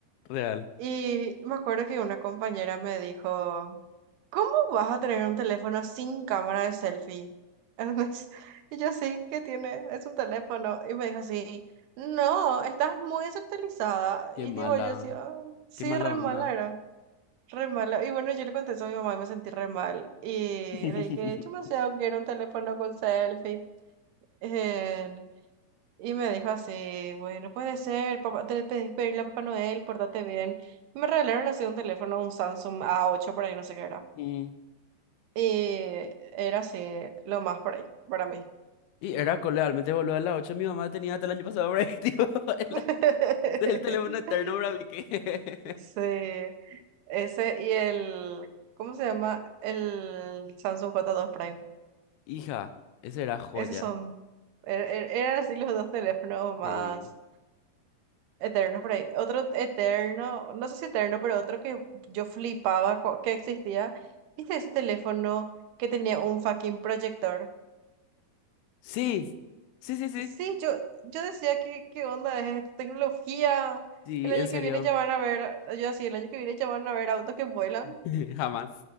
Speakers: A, on the left; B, on the right.
A: Real.
B: Y me acuerdo que una compañera me dijo, ¿cómo vas a tener un teléfono sin cámara de selfie? Entonces, <laughs> y yo sí, ¿qué tiene? Es un teléfono. Y me dijo así, no, estás muy desactualizada.
A: Qué
B: Y
A: mala,
B: digo yo sí, "Ah, sí,
A: qué mala
B: re mala
A: onda.
B: era. Re mala. Y bueno, yo le contesto a mi mamá y me sentí re mal. Y
A: <laughs>
B: le dije, yo demasiado quiero un teléfono con selfie. Eh, y me dijo así, bueno, puede ser, papá, te pedí pedirle a Papá Noel, pórtate bien. Y me regalaron así un teléfono, un Samsung a ocho por ahí, no sé qué era.
A: Mm.
B: Y era así, lo más por ahí, para mí.
A: Y era cole, realmente boludo, a las 8 mi mamá tenía hasta el año pasado, bre, tipo, <laughs> el,
B: <laughs>
A: el teléfono eterno, bra, vi que-
B: Sí, ese y el, ¿cómo se llama? El Samsung j dos Prime.
A: <laughs> Hija, esa era joya.
B: Esos son, er- er- eran así los dos teléfonos más
A: Sí.
B: eternos por ahí. Otro eterno, no sé si eterno, pero otro que yo flipaba co- que existía. ¿Viste ese teléfono que tenía un fucking proyector?
A: Sí, sí, sí, sí.
B: Sí, yo, yo decía, ¿qué, qué onda es esta tecnología?
A: Sí,
B: El año
A: en serio.
B: que viene ya van a ver, yo así, el año que viene ya van a ver autos que vuelan.
A: <laughs> Jamás.